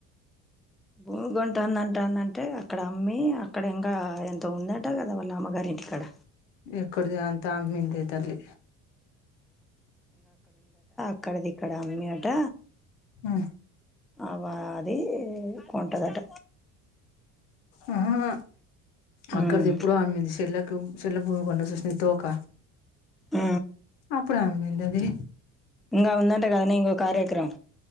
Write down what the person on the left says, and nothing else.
ఎ కొడది అంత అ మిందైతలి
ఆ
అహ అక్కడ
ఎప్పుడ అమ్మింది చెల్లలకు చల భూమి కొన్న సూ స్నితవక
అప్పుడు అమ్రిందది